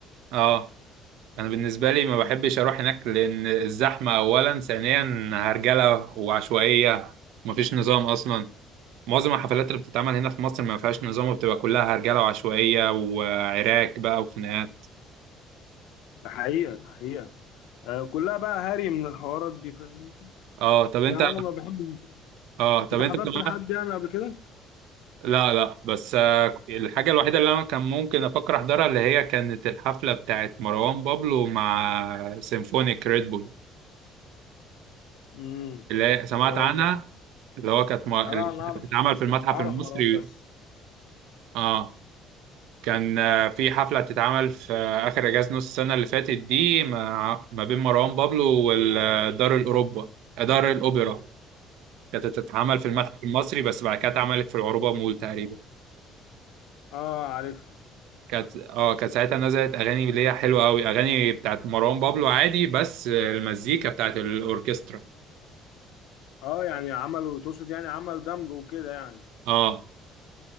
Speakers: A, on the right; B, on the left.
A: اه انا بالنسبه لي ما بحبش اروح هناك لان الزحمه اولا ثانيا هرجله وعشوائيه ومفيش نظام اصلا معظم الحفلات اللي بتتعمل هنا في مصر ما فيهاش نظام وبتبقى كلها هرجله وعشوائيه وعراك بقى وخناقات
B: ده حقيقه ده حقيقه آه كلها بقى هري من الحوارات دي فاهم انت؟
A: اه طب انت
B: فانا ما بحبش
A: اه طب
B: انت
A: انت
B: حضرت
A: كمان
B: لحد يعني قبل كده
A: لا لا بس آه، الحاجه الوحيده اللي انا كان ممكن افكر احضرها اللي هي كانت الحفله بتاعت مروان بابلو مع سيمفونيك ريد بول
B: امم
A: اللي هي سمعت
B: مروان
A: عنها
B: بابلو
A: اللي هو كانت م- اللي
B: لا
A: كانت
B: انا اعرف
A: بتتعمل في المتحف
B: اعرف
A: المصري
B: مروان بس
A: اه كان آه، في حفلة بتتعمل في آه، آخر إجازة نص السنة اللي فاتت دي مع- ما بين مروان بابلو والدار الأوروبا دار الأوبرا كانت بتتعمل في المتحف
B: اه
A: المصري بس بعد كده اتعملت في العروبة مول تقريبا
B: آه، عارفها
A: كانت اه كانت ساعتها نزلت أغاني اللي هي حلوة أوي أغاني بتاعت مروان بابلو عادي بس آه، المزيكا بتاعت الأوركسترا
B: اه يعني عملوا تقصد يعني عملوا دمج وكده يعني
A: اه